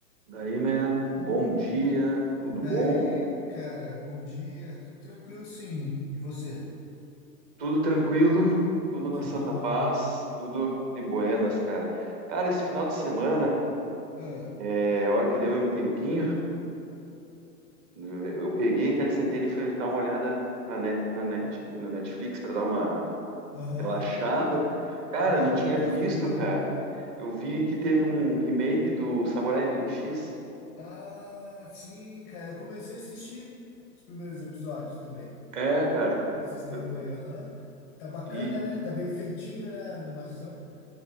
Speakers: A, on the right (about 30°); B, on the left (about 20°).
A: Daí, man, bom dia, tudo
B: Daí,
A: bom?
B: cara, bom dia, tudo tranquilo sim. E você?
A: Tudo tranquilo, tudo na
B: Que
A: santa
B: bom.
A: paz, tudo de buenas, cara. Cara, esse final de semana,
B: Ah,
A: é, a hora que deu aí um tempinho, eu peguei, cara, sentei ali, e fui dar uma olhada na net, na net, no Netflix para dar uma
B: Aham.
A: relaxada. Cara,
B: E aí,
A: não tinha
B: o que
A: visto,
B: que você viu de
A: cara.
B: bom?
A: Eu vi que teve um remake do Samurai X.
B: Ah, sim, cara, eu comecei a assistir os primeiros episódios também.
A: É, cara.
B: Esses tempos
A: Eu-
B: aí, aham. Tá bacana,
A: E
B: né? Tá bem feitinho, né, a animação?